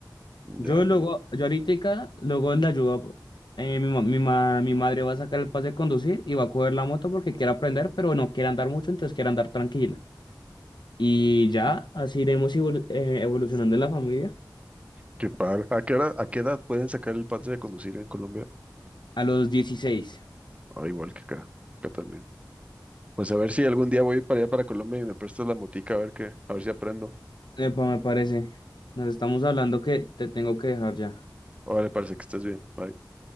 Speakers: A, on the right; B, on the left.
A: ya.
B: Yo luego, yo ahorita, luego le ayudo, eh, mi, ma- mi, ma- mi madre va a sacar el pase de conducir y va a coger la moto porque quiere aprender, pero no quiere andar mucho, entonces quiere andar tranquila. Y ya, así iremos evolu- eh, evolucionando en la familia.
A: Qué padre. ¿A qué hora, a qué edad pueden sacar el pase de conducir en Colombia?
B: A los dieciséis,
A: Ah, igual que acá, acá también. Pues a ver si algún día voy para allá para Colombia y me prestas la motica a ver qué, a ver si aprendo.
B: epa, me parece. Nos estamos hablando que te tengo que dejar ya.
A: Órale, parece que estés bien. Bye.